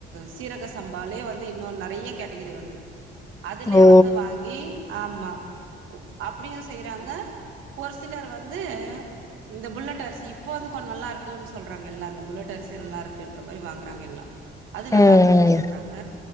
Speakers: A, on the right; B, on the left.
A: சீரக சம்பாலே வந்து இன்னொன் நறைய கேட்டகிரி வருது அதுலே
B: ஓ
A: வந்து வாங்கி ஆமா உ அப் ப்புடியு செய்றாங்க ஒரு சிலர் வந்து இந்த புல்லட்டரிசி இப்போந்து கொன் நல்லாருக் குன் சொல்றாங்க எல்லா அந்த புல்லட் அரிசி நல்லாருக்குன்ற மாரி வாங்குறாங்க எல்லா அது நல்லாருக்குது
B: ம் ம்
A: சொல்றாங்க